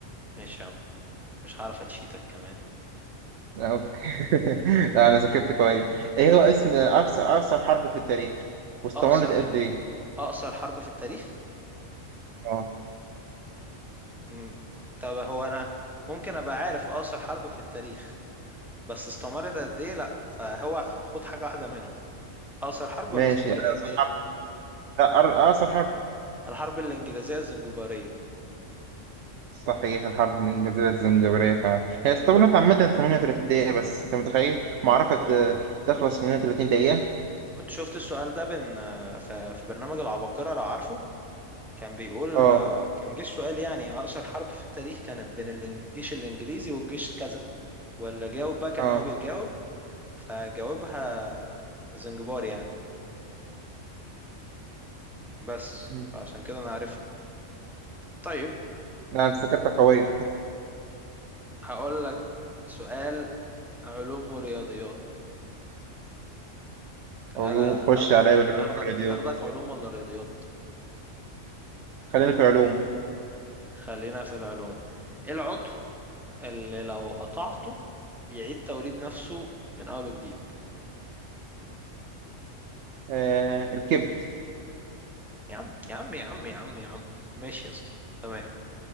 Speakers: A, in the centre; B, on the right (about 65°).
A: ماشي يا عم مش هعرف اتشيتك كمان
B: لا، اوكي <laughs> لا انا ذاكرت
A: طيب
B: كويس ايه هو اسم اقصى اقصر حرب في التاريخ واستمرت
A: اقصر
B: قد ايه
A: اقصر حرب في التاريخ
B: اه
A: مم. طب هو انا ممكن ابقى عارف اقصر حرب في التاريخ بس استمرت قد ايه لا فهو خد حاجه واحده منهم اقصر الحرب
B: ماشي
A: ولا استمرت
B: اقصر
A: قد ايه
B: حرب لا أر- اقصر حرب
A: الحرب الانجليزيه الزنجباريه
B: صحيح الحرب الانجليزيه الزمجباريه فعلا
A: كانوا
B: هي استمرت
A: بين
B: عامه 38 دقيقه بس انت متخيل معركه
A: الكوميديا
B: آه،
A: دي
B: تخلص في 38 دقيقه
A: كنت شفت السؤال ده بين في في برنامج العباقره لو عارفه كان بيقول
B: اه
A: كان جه السؤال يعني اقصر حرب في التاريخ كانت بين الإنج- الجيش الانجليزي والجيش كذا واللي جاوب بقى كان
B: اه
A: هو بيجاوب فجاوبها زنجبار يعني بس
B: مم.
A: عشان كده انا عارفها طيب
B: لا انت ذاكرتك قويه
A: هقول لك سؤال علوم ورياضيات تعالى
B: علوم خش
A: اخدك
B: عليا بالعلوم
A: اخدك
B: والرياضيات
A: اخدك علوم ولا رياضيات
B: خلينا في العلوم
A: خلينا في العلوم ايه العضو اللي لو قطعته يعيد توليد نفسه من اول وجديد
B: آه الكبد
A: يا عم يا عم يا عم يا عم يا عم ماشي يا اسطى تمام